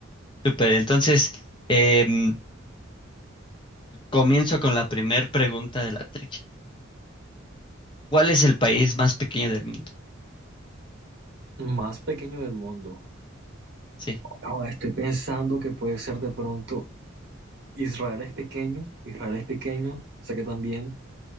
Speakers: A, on the left; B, on the right.
A: Super, entonces em, comienzo con la primer pregunta de la trivia. ¿Cuál es el país más pequeño del mundo?
B: Más pequeño del mundo.
A: Sí.
B: Ahora estoy pensando que puede ser de pronto Israel es pequeño, Israel es pequeño, sé que también